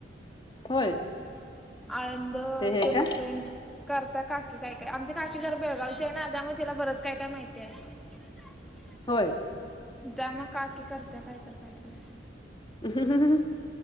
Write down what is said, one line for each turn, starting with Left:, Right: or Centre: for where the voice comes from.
Left: होय
Centre: आळब
Left: हे
Centre: ते
Left: का
Centre: मशरूम करता काकी काय काय आमची काकी जर बेळगावचे आहे ना त्यामुळे तिला बरंच काय काय माहितीय आहे ह <unintelligible>
Left: होय
Centre: त्या मग काकी करत्या कायत कायतरी
Left: ह हं हं <unintelligible>